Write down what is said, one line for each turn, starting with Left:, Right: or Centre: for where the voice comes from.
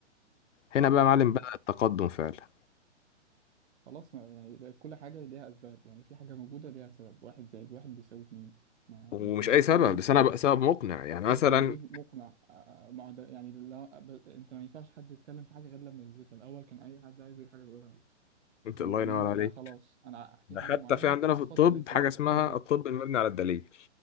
Left: هنا
Right: بالظبط
Left: بقى يا معلم بدأ التقدم فعلا
Right: خلاص ما يعني بقت كل حاجة ليها أسباب يعني في حاجة موجودة ليها سبب واحد زائد واحد بيساوي اتنين ما
Left: ومش
Right: مش هنتكلم
Left: أي سبب بس أنا بقى سبب مقنع يعني
Right: سبب
Left: مثلا
Right: موجود مقنع آه، مع ده يعني لا ب... انت ما ينفعش حد يتكلم في حاجه غير لما يثبتها الاول كان اي حد عايز يقول حاجه بيقولها
Left: أنت
Right: فاهم
Left: الله
Right: انما
Left: ينور عليك
Right: بقى خلاص انا في
Left: ده
Right: حاجه
Left: حتى
Right: معينه
Left: في عندنا
Right: اتفضل
Left: في الطب
Right: اثبت
Left: حاجة اسمها
Right: بروف ات
Left: الطب المبني على الدليل